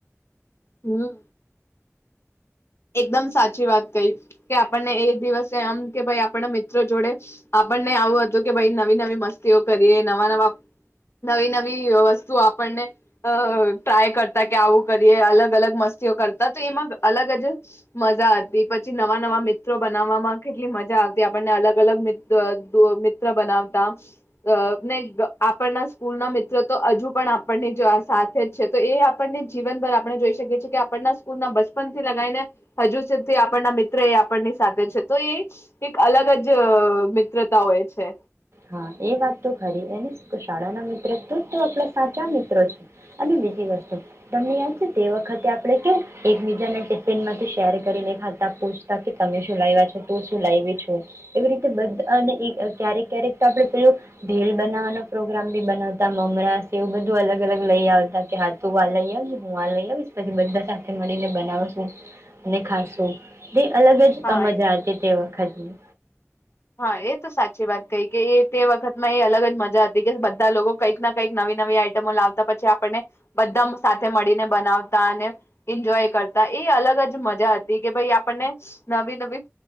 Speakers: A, on the left (about 55°); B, on the right (about 60°).
A: હમ્મ. એકદમ સાચી વાત કહી કે આપણને એક દિવસે એમ કે ભાઈ આપણા મિત્રો જોડે આપણને આવું હતું કે ભાઈ નવી નવી મસ્તીઓ કરીએ, નવા નવા નવી નવી વસ્તુઓ આપણને ટ્રાય કરતા કે આવું કરીએ, અલગ અલગ મસ્તીઓ કરતા તો એમાં અલગજ મજા હતી પછી નવા નવા મિત્રો બનાવવામાં કેટલી મજા આવતી આપણને અલગ અલગ મિત્ર અ મી મિત્ર અ બનાવતા ને આપણના સ્કૂલ ના મિત્ર તો હજુ પણ આપણને જ સાથે જ છે તો આપણને જીવન પર આપણે જોઈ શકીએ છીએ કે આપણના સ્કૂલ ના બચપન થી લગાવીને હજુ સુધી આપણના મિત્ર એ આપણની સાથે છે તો એ એક અલગ જ અ મિત્રતા હોય છે.
B: હા એ વાત તો ખરી એની શાળાના મિત્ર તો તો આપણા સાચા મિત્રો છે અને બીજી વસ્તુ તમને યાદ છે તે વખતે આપણે કેવ એકબીજા ને ટિફિન માં શેર કરીને ખાતા પૂછતા કે તમે શું લાવ્યા છો, તું શું લાવ છું, એવી રીતે બધા ને ક્યારેક ક્યારેક તો આપડે પેલું ભેળ બનાવવાનો પ્રોગ્રામ ભી બનાવતા મમરા સેવ એવું બધું અલગ અલગ લઈ આવતા. કે હાથ ઉવા લઈ આયવુ. હું આ લઈ આવીશ પછી બધા સાથે મળીને બનાવ છું અને ખાસ તે અલગ જ
A: હા
B: અ મજા હતી તે વખત <inaudible>
A: હા એ તો સાચી વાત કઈ કે એ તે વખત માં એ અલગ જ મજા હતી કે બધા લોકો કંઈક ના કંઈક નવી નવી આઈટમો લાવતા પછી આપણને બધા આમ સાથે મળીને બનાવતા અને એન્જોય કરતા એ અલગ જ મજા હતી કે ભાઈ આપણને નવી નવી